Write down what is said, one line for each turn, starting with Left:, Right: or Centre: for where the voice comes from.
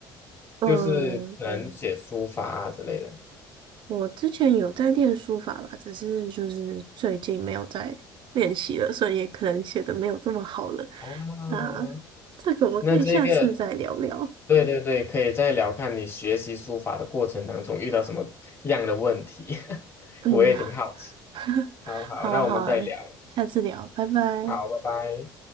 Right: 嗯，
Left: 就是可能写书法啊之类的。
Right: 我之前有在练书法吧，只是就是最近没有在练习了，所以也可能写的没有这么好了。
Left: 啊，
Right: 那这个我们可以下次再聊聊。
Left: 那这个，对对对，可以再聊看你学习书法的过程当中遇到什么样的问题，<laughs>
Right: 嗯，
Left: 我也挺好奇。
Right: <laughs>
Left: 好好，
Right: 好啊，
Left: 那我们再聊。
Right: 好啊，下次聊，拜拜。
Left: 好，拜拜。